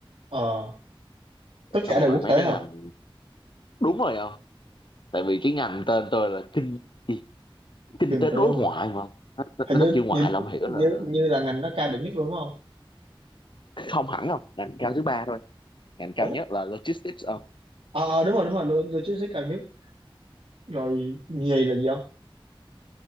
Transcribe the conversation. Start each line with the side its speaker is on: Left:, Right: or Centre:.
Right: ờ tất cả
Left: xong rồi
Right: đều quốc
Left: mấy
Right: tế
Left: cái
Right: không
Left: ngành đúng rồi không tại vì cái ngành tên tôi là kinh gì? kinh
Right: kinh
Left: tế
Right: tế
Left: đối
Right: đối ngoại
Left: ngoại mà nó,
Right: hình
Left: nó
Right: như
Left: nó chữ ngoại
Right: như
Left: là ông hiểu
Right: như,
Left: là
Right: như là ngành nó cao điểm nhất luôn đúng không
Left: không hẳn không ngành cao thứ ba thôi ngành cao
Right: ủa
Left: nhất là logistics không
Right: ờ ờ, đúng rồi đúng rồi lo- logistics cao nhất rồi nhì là gì không